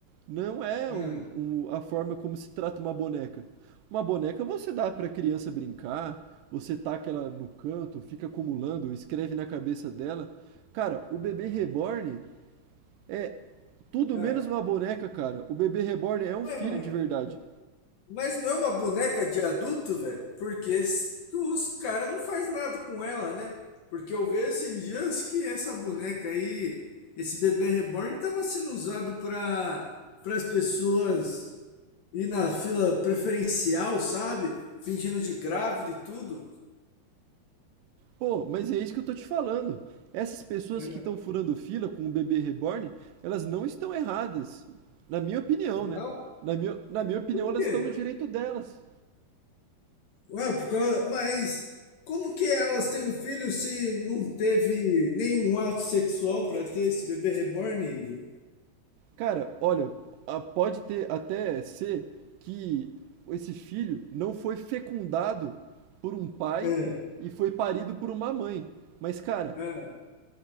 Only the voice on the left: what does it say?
Hum.
Ah.
Ué,
mas,
mas não é uma boneca de adulto, velho? Porque s- os caras não faz nada com ela, né? Porque eu vejo esses dias que essa boneca aí, esse bebê reborn, tava sendo usado para as pessoas ir na fila preferencial, sabe? Fingindo de grávida e tudo.
É.
Não?
Por
quê?
Ué, por causa- mas como que elas têm um filho se não teve nenhum ato sexual pra ter esse bebê reborn, Igor?
É,
é,